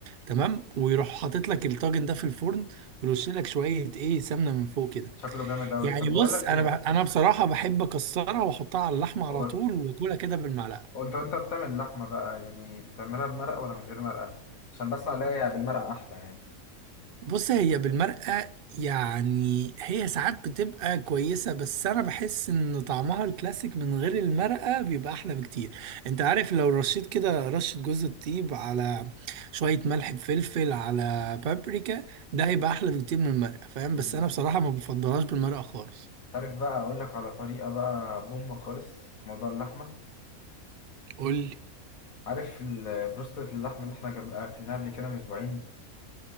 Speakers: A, on the right; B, on the left.
A: تمام ويروح حاطط لك الطاجن ده في الفرن ويرش لك شويه ايه سمنه من فوق كده
B: شكله جامد أوي
A: يعني
B: طب بقول
A: بص
B: لك
A: انا
B: إيه
A: بح انا بصراحه بحب اكسرها واحطها على اللحمه على
B: هو
A: طول واكلها كده بالمعلقه
B: وانت وانت بتعمل اللحمة بقى يعني بتعملها بمرقة ولا من غير مرقة عشان بس الاقي بالمرقة احلى يعني
A: بص هي بالمرقه يعني هي ساعات بتبقى كويسه بس انا بحس ان طعمها الكلاسيك من غير المرقه بيبقى احلى بكتير انت عارف لو رشيت كده رشه جوز الطيب على شويه ملح بفلفل على بابريكا ده هيبقى احلى بكتير من المرقه فاهم
B: امم
A: بس انا بصراحه ما بفضلهاش بالمرقه خالص
B: تعرف بقى اقول لك على طريقة بقى بوم خالص في موضوع اللحمة
A: قول لي
B: عارف ال- بروستة اللحمة اللي احنا جاب- اكلناها قبل كده من اسبوعين